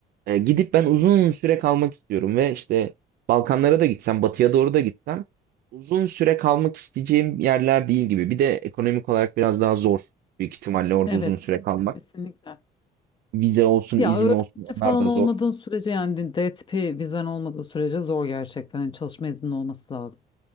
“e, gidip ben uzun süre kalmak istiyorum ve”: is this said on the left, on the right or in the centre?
Right